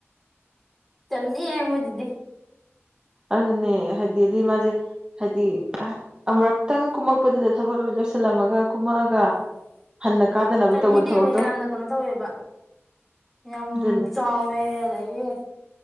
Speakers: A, in the centre; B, on the right (about 20°).
A: ꯆꯟꯅ ꯌꯦ ꯑꯣꯏꯗꯗꯗꯤ
B: ꯑꯗꯨꯅꯦ ꯍꯥꯏꯗꯤ ꯑꯗꯨꯏ ꯃꯥꯁꯦ ꯍꯥꯏꯗꯤ ꯑꯃꯨꯨꯔꯛꯇꯪ ꯀꯨꯝꯃꯛꯄꯗꯨꯗ ꯊꯕꯛ ꯂꯣꯏ ꯂꯣꯏꯁꯤꯜꯂꯝꯃꯒ ꯀꯨꯝꯃꯛꯑꯒ ꯍꯟꯅ ꯀꯥꯗꯅꯕ
A: ꯆꯟꯅꯤꯗꯦꯕ
B: ꯇꯧꯕ ꯊꯕꯛꯇꯣ
A: ꯌꯥꯝꯅ ꯀꯩꯅꯣ ꯇꯧꯋꯦꯕ ꯌꯥꯝ
B: ꯑꯗꯨꯅꯤ
A: ꯆꯥꯎꯋꯦ ꯑꯗꯗꯒꯤ